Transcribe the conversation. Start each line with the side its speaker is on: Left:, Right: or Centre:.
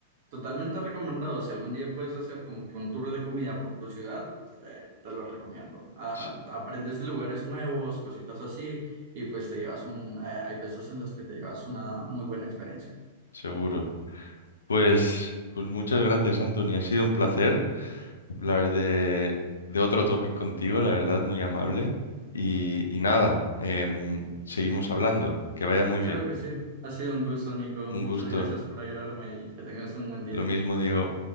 Right: Totalmente recomendado. Si algún día puedes hacer como que un tour de comida por tu ciudad, eh, te lo recomiendo. Ah,
Left: Se-
Right: aprendes de lugares nuevos, cositas así, y pues te llevas un... eh, hay veces en las que te llevas una muy buena experiencia.
Left: seguro. Pues, pues muchas gracias, Anthony. Ha sido un placer hablar de, de otro topic contigo, la verdad, muy amable. Y, y nada, em, seguimos hablando. Que vaya muy
Right: Claro
Left: bien.
Right: que sí. Ha sido un gusto, Nico. Muchas
Left: Un gusto.
Right: gracias por ayudarme y que tengas un buen día.
Left: Lo mismo digo.